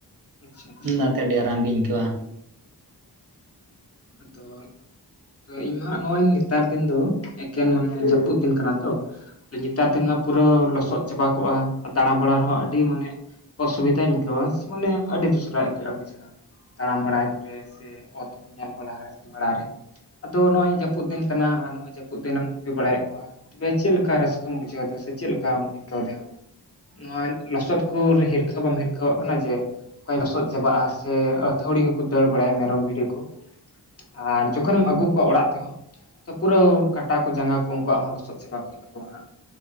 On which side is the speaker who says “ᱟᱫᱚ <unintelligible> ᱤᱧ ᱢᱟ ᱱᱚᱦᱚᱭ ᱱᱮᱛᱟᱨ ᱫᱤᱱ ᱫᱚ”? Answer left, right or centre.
Left